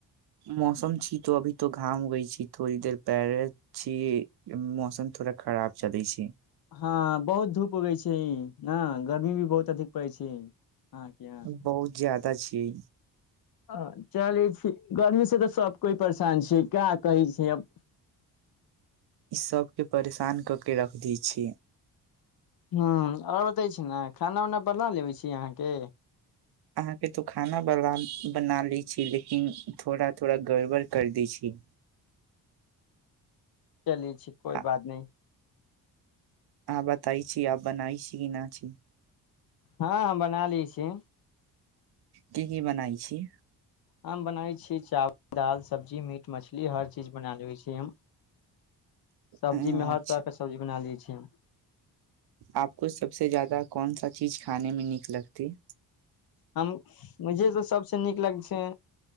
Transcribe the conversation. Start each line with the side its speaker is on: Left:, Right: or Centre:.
Right: मौसम छी तो अभी तो घाम गई छी थोड़ी देर पैर छी मौसम थोड़ा खराब चलै छै
Left: हँ बहुत धूप उगै छै नए गर्मी भी बहुत अधिक पड़ै छै यहाँ
Right: बहुत ज्यादा छियै
Left: अ, चलै छी गर्मी से तऽ सब कोइ परेशान छै क्या कहै छै अब
Right: इ सभके परेशान कऽ कऽ रखि दै छियै
Left: हा आओर बतै छी ने खाना उना बला लेबै छी अहाँके
Right: अहाँके तो खाना बरबान बना लै छी लेकिन थोड़ा थोड़ा गड़बड़ कर दै छी
Left: चल छी कोइ
Right: आ
Left: बात नहि
Right: अहाँ बताइ छी अब बनाहि छी कि नहि छी
Left: हँ हँ बना लै छी
Right: की की बनाइ छी
Left: हम बनाबै छीयै चावल दाल सब्जी मीठ मछली हर चीज बना ले छै सब्जी
Right: अच्छा
Left: में हर तरह के सब्जी बना ले छी <inaudible>
Right: आपको सबसे ज्यादा कोनसा चीज खाने में नीक लगती
Left: हम मुझे तो सबसे नीक लगै छै